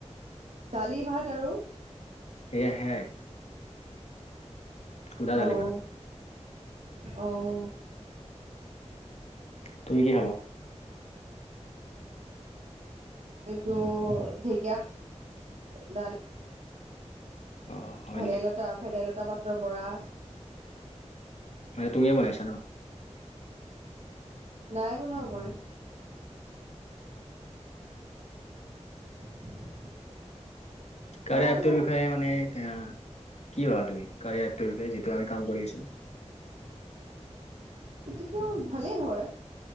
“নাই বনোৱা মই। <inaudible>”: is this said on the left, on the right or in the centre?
Right